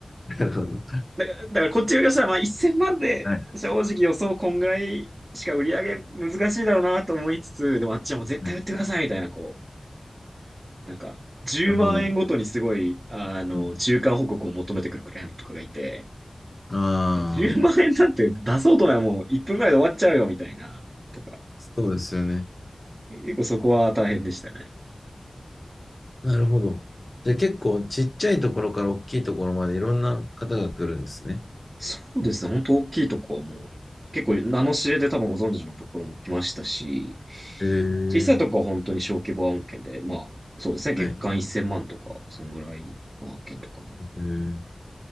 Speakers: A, on the left; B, on the right.
A: なるほど。
B: だから、だからこっち側からしたらまあ1000万で正直予想こんぐらいしか売り上げ難しいだろうなと思いつつ、
A: <laughs> はい。
B: でもあっちはもう絶対売ってくださいみたいな、
A: はい
B: こう、なんか10万円ごとにすごい、
A: なるほど。
B: あの、
A: うん、
B: 中間報告を求めてくるクライアントとかがいて、
A: ああ。
B: 10万円なんて出そうと思えばもう1分ぐらいで終わっちゃうよみたいな、とか。
A: そうですよね。
B: 結構そこは大変でしたね。
A: なるほど。じゃあ結構ちっちゃいところから大きいところまでいろんな方が来るんですね。
B: そうですね。本当大きいとこはもう、結構名の知れて多分ご存知のところも来ましたし、
A: えー、
B: 小さいとこは本当に小規模案件で、まあ、そうですね。月間1000万とか、
A: はい。
B: そんぐらいの案件とかも
A: えー、